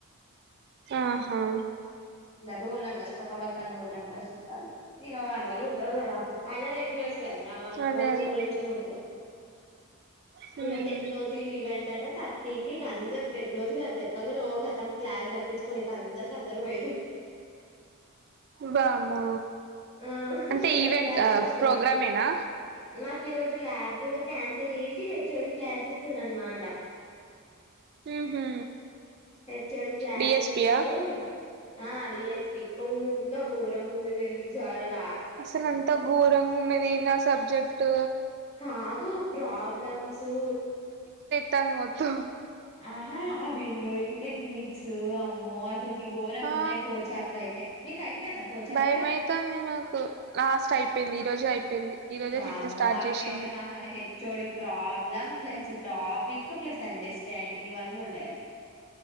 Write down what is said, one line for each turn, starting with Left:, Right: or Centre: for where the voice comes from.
Right: ఆహా
Left: రూల్ నెంబర్స్ పక్క పక్కన రూల్ నెంబర్స్ వాళ్లు ఇగ వాళ్లు వళ్ళు ఉంటారు కదా అయినా రెగ్యులర్ కదరా
Right: అదే
Left: వాళ్ళు
Right: అదే
Left: ముందు నుంచే ఉంటారు
Right: హ్మ్
Left: ఇగటెక్నోజీ ఈవెంట్ ర్ ఆంట తట్ టీకి ఇక అందరు టెక్నోజీ అని చెప్పగానే ఓ కథం క్లాస్ తప్పించుకని ఇక అందరి అందరు పోయిరు
Right: వామ్మో
Left: హు
Right: అంటే
Left: ఇంగా
Right: ఈవెంట్
Left: క్లాస్ తప్పించుకోనికి
Right: ప్రోగ్రామేనా
Left: నా ఈ రోజు ల్యాబ్ కూడ క్యాన్సల్ చేసి హెచ్ఓడి క్లాస్ తీసుకున్నా అనమాట
Right: ఉహు
Left: హెచ్ ఓ డి క్లాస్
Right: డిఎస్పియా
Left: తీసుకుండు ఆ డిఎస్పి ఓ ఇంత ఘోరంగా ఉంది తెల్ జాలల
Right: అసలు అంత ఘోరంగా ఉన్నది ఏంద సబ్జెక్ట్
Left: కాదు ప్రాబ్లమ్స్ సు
Right: తను వద్దు
Left: ఆహా ఆ విండోయింగ్ టెక్నిక్స్ అమ్మో మె అసలుకి ఘోరంగా
Right: ఆ
Left: ఉన్నాయి ఫోర్త్ చాప్టర్ అయితే మీకు అయిపోయిందా ఫోర్త్ చాప్టర్
Right: భయమైతాంది మాకు లాస్ట్ అయిపోయింది ఈ రోజే అయిపోయింది ఈ రోజే
Left: వామో
Right: ఫిఫ్త్ స్టార్ట్
Left: మాకైతే
Right: చేసింది
Left: మా హెచ్చోడి problem plus topic plus understanding ఇవన్నీ ఉండలి